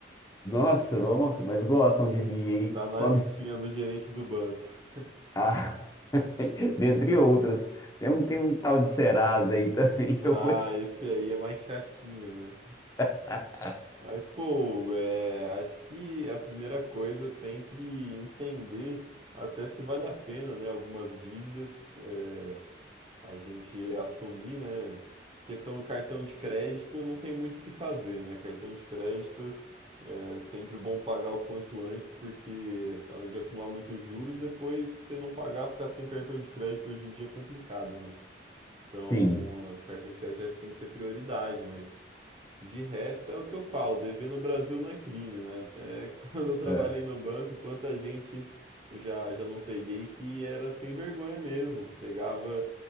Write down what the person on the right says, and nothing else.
Tá na
listinha
do gerente do banco. <laughs>
Ah,
esse aí é mais chatinho, né?
Mas, pô, Hugo, é, acho que a primeira coisa é sempre entender até se vale a pena, né? Algumas dívidas. é, a gente assumir, né? Questão do cartão de crédito, não tem muito o que fazer, né? Cartão de crédito é sempre bom pagar o quanto antes, porque além de acumular muitos juros, depois se você não pagar, ficar sem cartão de crédito hoje em dia é complicado, né? Então,
cartão de crédito já tem que ser prioridade, mas de resto, é o que eu falo, dever no Brasil não é crime, né? Até <laughs> quando eu trabalhei
no banco, quanta gente eu já, já não peguei que era sem vergonha mesmo. Pegava,